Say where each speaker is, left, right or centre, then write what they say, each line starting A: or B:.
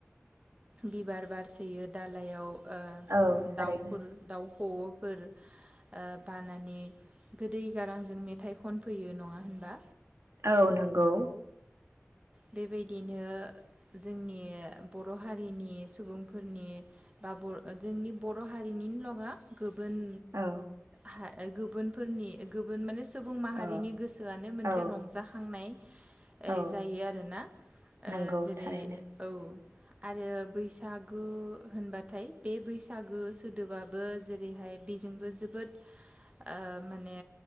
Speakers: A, on the right; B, on the right.
A: बिबार बारो दालायाव
B: औ थारैनो
A: दाउफोर दाउ खवौ'फोर बानानै गोदै गारांजों मेथाइ खनफैयो नङा होनबा
B: औ नंगौ औ।
A: बेबायदिनो जोंनि बर' हारिनि सुबुंफोरनि बा ब ओ जोंनि बर' हारिनिल नङा गु बोन
B: औ
A: हा ओ गुबुनफोरनि ओ गुबुन माने सुबुं माहारिनि
B: औ
A: गोसोआनो मोनसे
B: औ
A: रंजाखांनाय। ओ
B: औ
A: जायो आरोना
B: नंगौ
A: ओ जेरै
B: थारैनो
A: औ। आरो बैसागु होनबाथाय बे बैसागु सोदोबाबो जेरैहाय बेजोंबो जोबोद ओ माने